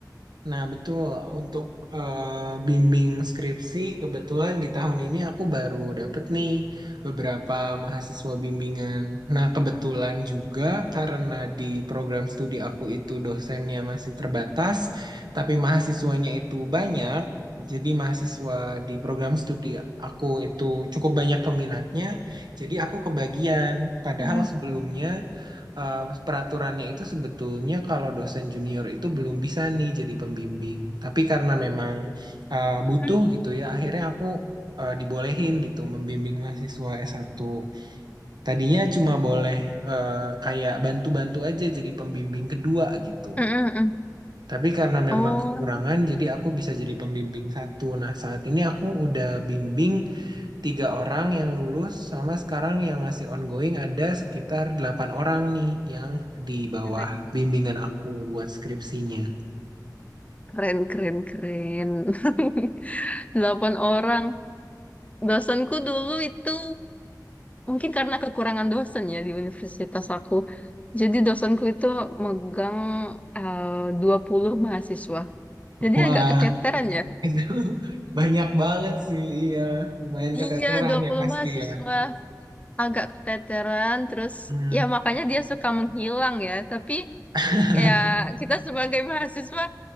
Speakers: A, on the right (about 75°); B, on the left (about 20°).
A: Nah, betul. Untuk eh, bimbing skripsi, kebetulan di tahun ini aku baru dapet nih beberapa mahasiswa bimbingan. Nah, kebetulan juga karena di program studi aku itu dosennya masih terbatas, tapi mahasiswanya itu banyak. Jadi mahasiswa di program studi aku itu cukup banyak peminatnya. Jadi aku kebagian. Padahal
B: Mm.
A: sebelumnya eh, peraturannya itu sebetulnya kalau dosen junior itu belum bisa nih jadi pembimbing. Tapi karena memang eh, butuh
B: Mm.
A: gitu ya, akhirnya aku eh, dibolehin gitu membimbing mahasiswa S1. Tadinya cuma boleh eh, kayak bantu-bantu aja jadi pembimbing kedua gitu.
B: Mm, mm, mm.
A: Tapi karena memang
B: Oh,
A: kekurangan, jadi aku bisa jadi pembimbing satu. Nah, saat ini aku udah bimbing tiga orang yang lulus sama sekarang yang masih ongoing ada sekitar delapan orang nih yang di bawah
B: keren,
A: bimbingan aku buat skripsinya.
B: keren, keren, keren. <laughs> Delapan orang. Dosenku dulu itu Mungkin karena kekurangan dosen ya di universitas aku. Jadi dosenku itu megang eh, 20 mahasiswa. Jadi
A: Wah,
B: agak keteteran
A: <laughs>
B: ya.
A: itu banyak banget sih, iya. Lumayan
B: Iya,
A: keteteran
B: dua
A: ya
B: puluh
A: pasti
B: mahasiswa.
A: ya.
B: Agak keteteran. Terus
A: Hmm.
B: ya makanya dia suka menghilang ya. Tapi
A: <laughs>
B: ya kita sebagai mahasiswa